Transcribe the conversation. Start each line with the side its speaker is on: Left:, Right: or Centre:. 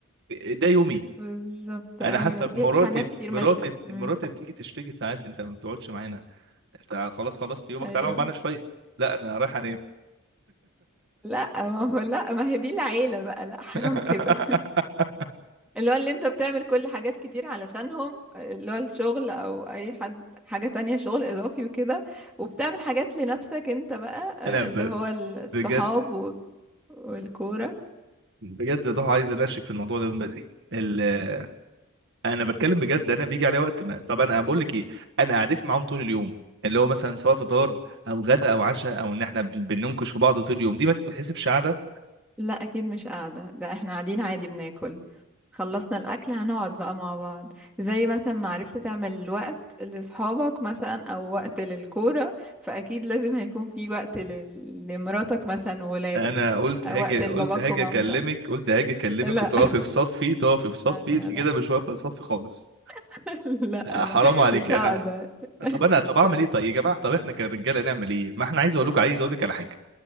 Right: ده يومي
Centre: بالظبط
Right: انا
Centre: ايوه
Right: حتى مراتي
Centre: في حاجات كتير
Right: مراتي
Centre: مش مم.
Right: مراتي بتيجي تشتكي ساعات انت ما بتقعدش معانا انت خلاص خلصت يومك
Centre: ايوه
Right: تعالى اقعد معانا شويه لا انا رايح انام
Centre: لا ما هو لا ما هي دي العيله بقى لا حرام
Right: <laughs>
Centre: كده <laughs> اللي هو اللي انت بتعمل كل حاجات كتير علشانهم اللي هو الشغل او اي حد حاجه تانية شغل اضافي وكده وبتعمل حاجات لنفسك انت بقى آه،
Right: انا ب...
Centre: اللي هو الصحاب
Right: بجد
Centre: و- والكوره
Right: بجد يا ضحى عايز انشك في الموضوع ده من بدري ال... انا بتكلم بجد انا بيجي عليا وقت ما طب انا بقول لك ايه انا قعدتي معاهم طول اليوم اللي هو مثلا سواء فطار او غدا او عشاء او ان احنا بن- بننكش في بعض طول اليوم دي ما تتحسبش قعده
Centre: لا اكيد مش قاعدة ده احنا قاعدين عادي بناكل خلصنا الاكل هنقعد بقى مع بعض زي مثلا ما عرفت تعمل وقت لاصحابك مثلا او وقت للكورة فاكيد لازم هيكون في وقت لل... لمراتك مثلا وولادك
Right: انا قلت
Centre: أو
Right: هاجي
Centre: وقت لباباك
Right: قلت هاجي
Centre: ومامتك
Right: اكلمك قلت هاجي اكلمك
Centre: لا
Right: وتقفي في صفي تقفي
Centre: <laughs>
Right: في صفي
Centre: لا لا
Right: انت كده
Centre: لا
Right: مش واقفه في صفي خالص
Centre: <laughs> لا
Right: آه،
Centre: لا
Right: حرام عليك
Centre: مش
Right: انا
Centre: هقدر
Right: طب انا طب
Centre: مش
Right: اعمل ايه طيب يا جماعه طب احنا كرجاله نعمل ايه ما احنا عايز اقول لكم عايز اقول لك على حاجه